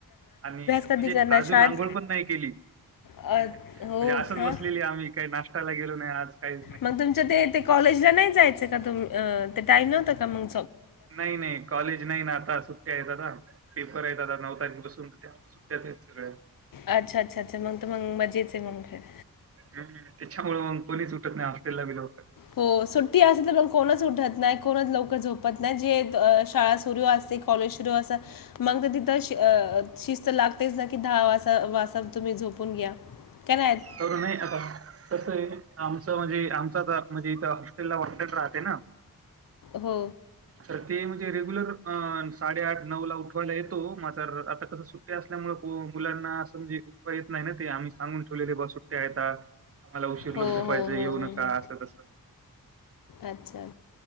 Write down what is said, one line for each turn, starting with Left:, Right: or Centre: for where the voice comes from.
Right: आणि
Left: कधी
Right: म्हंजे
Left: करणार?
Right: अजून
Left: शाळेत
Right: आंघोळ पण नाही केली
Left: अ,
Right: म्हंजे
Left: हो
Right: असंच
Left: का?
Right: बसलेली आम्ही काही नाष्टाला गेलो नाही आज काही
Left: मग तुमच्या ते ते कॉलेजला नाही जायचं का तुम अ ते टाईम नव्हतं का मंग
Right: नाही नाही कॉलेज नाही ना आता सुट्ट्यायेत आता आहेत आता नऊ तारखेपासून सुट्ट्याच हेत सगळ्या
Left: अच्छा अच्छा अच्छा मंग त मंग मजेच आहे म्हणून ख
Right: हम्म त्याच्यामुळे मग कोणीच सुटत नाही हॉस्टेलला बी लवकर
Left: हो सुट्टी असे तर कोणच उठत नाही कोणच लवक झोपत नाही जे शाळा सुरू असते कॉलेजरू अस मंगतर तिथ शिस्त लाग तेच ना की दहा वा वास्तता तुम्ही झोपून घ्या काय नाही?
Right: कर नाही आता तसंये आमच म्हणजे आमचा आता म्हणजे इथ हॉस्टेलला वाटल राहते ना
Left: हो
Right: तर ते म्हणजे रेग्युलर साडेआठ नऊ ला उठवायला येतो मात्र आता कस सुट्टी असल्यामुळे पोलीस मुलांना समजे उठवा येत नाही ना ते आम्ही सांगून ठेवलेले बस उटे आहेतता आम्हाला उशीर
Left: हो हो
Right: झोपायचं येऊ
Left: हो हो
Right: नका
Left: हो
Right: असं तस
Left: अच्छा